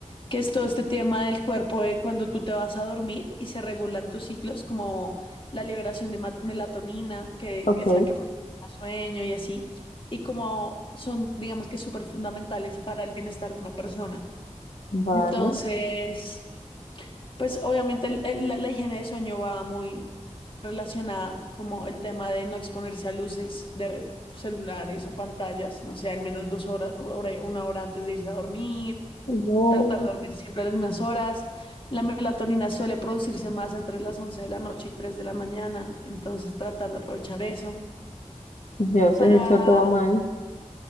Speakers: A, on the left (about 45°); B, on the left (about 75°).
A: que es todo este tema del cuerpo de cuando tú te vas a dormir y se regulan tus ciclos, como la liberación de ma- melatonina, que
B: Ok,
A: es la que produce más sueño y así, y como son, digamos que súper fundamentales para el bienestar de una persona.
B: vale.
A: Entonces... Pues obviamente el- el- la, la higiene de sueño va muy relacionada como el tema de no exponerse a luces de celulares o pantallas, no sé, al menos dos horas, o hora- una hora antes de irse a dormir,
B: No.
A: tratar de dormir siempre a las mismas horas. La melatonina suele producirse más entre las 11 de la noche y 3 de la mañana, entonces tratar de aprovechar eso
B: Dios,
A: para...
B: he hecho todo mal.